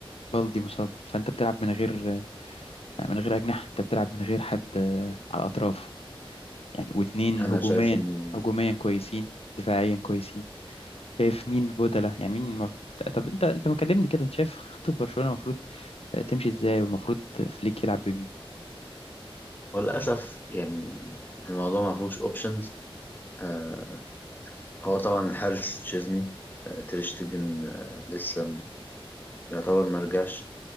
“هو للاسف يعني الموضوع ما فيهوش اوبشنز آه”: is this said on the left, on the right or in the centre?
Left